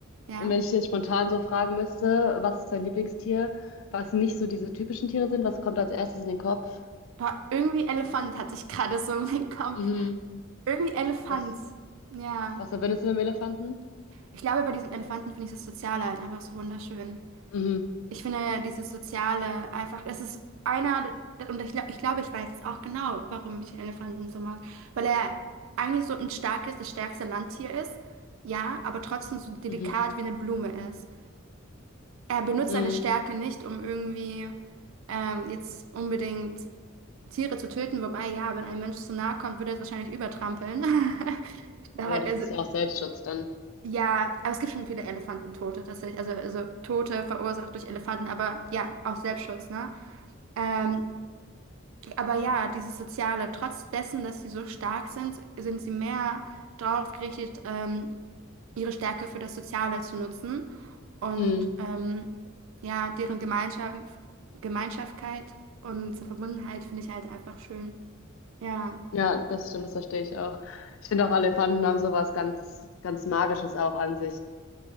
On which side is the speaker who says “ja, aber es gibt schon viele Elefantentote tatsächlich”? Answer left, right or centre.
Right